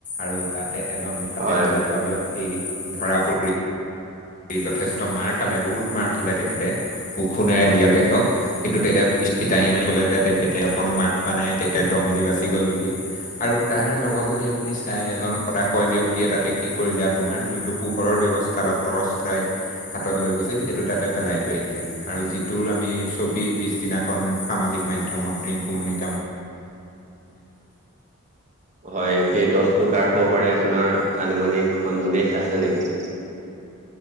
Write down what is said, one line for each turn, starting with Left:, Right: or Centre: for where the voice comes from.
Left: আৰু তাতে এজন ফাটেম
Right: হয়
Left: বুলি কোৱা ব্যক্তি ধৰা পৰিল। এই যথেষ্ট মাৰ খালে বহুত মাৰ খালে তেখেতে ওখোনেৰে পৰিয়াল তেখেতক কিন্তু তেখেতে <unintelligible> আহি মাৰি ক'লে যে তেখেতে অকণো মাৰ খোৱা নাই তেখেত দম দি বাচি গ'ল বুলি। আৰু তাৰ লগত যদি আপুনি চাই এজন সদায়শয় ব্যক্তিয়ে ততে কি কৰিলে আপোনাৰ যোনটো পোহৰৰ ব্যৱস্থাাত লাইট হাতত লৈ গৈছিল সেইটো তাতে পেলাই থৈ আহিলে আৰু যিটোৰ আমি ছবি। পিছদিনাখন সামাজিক মাধ্যমত ৰিংকুমনিক।
Right: হয় সেই টচটো কাৰ হ'ব পাৰে আপোনাৰ আনুমানিক সন্দেহ আছে নেকি?